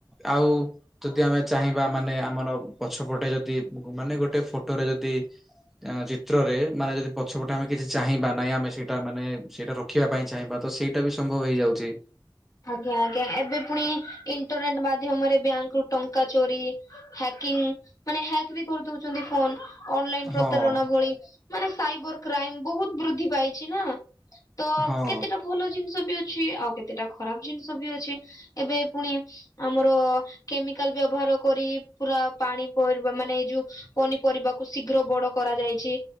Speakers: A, in the centre; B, on the left.
A: ଆଉ ଯଦି ଆମେ ଚାହିଁବା ମାନେ ଆମର ପଛପଟେ ଯଦି ମାନେ ଗୋଟେ ଫଟୋ ରେ ଯଦି ଆ ଚିତ୍ରରେ ମାନେ ଯଦି ପଛପଟେ ଆମେ କିଛି ଚାହିଁବା ନାହିଁ ଆମେ ସେଇଟା ମାନେ ସେଇଟା ର ଖିବା ପାଇଁ ଚାହିଁବା ତ ସେଇଟା ବି ସମ୍ଭବ ହେଇଯାଉଛି।
B: ଆଜ୍ଞା ଆଜ୍ଞା ଏବେ ପୁଣି ଇଣ୍ଟରନେଟ ମାଧ୍ୟମରେ ବ୍ୟାଙ୍କ ରୁ ଟଙ୍କା ଚୋରି ହ୍ୟାକିଂ ମାନେ ହ୍ୟାକ ବି କରିଦଉଛନ୍ତି ଫୋନ। ଅନଲାଇନ
A: ହଁ
B: ପ୍ରତାରଣା ଭଳି ମାନେ ସାଇବର କ୍ରାଇମ ବହୁତ ବୃଦ୍ଧି ପାଇଛି ନା। ତ
A: ହଁ।
B: କେତେଟା ଭଲ ଜିନିଷ ବି ଅଛି ଆଉ କେତେଟା ଖରାପ ଜିନିଷ ବି ଅଛି ଏବେ ପୁଣି ଆମର କେମିକାଲ ବ୍ୟବହାର କରି ପୁରା ପାଣିି ପରିବା ମାନେ ଏଇ ଯୋଉ ପନିପରିବା। କୁ ଶୀଘ୍ର ବଡ କରାଯାଇଛି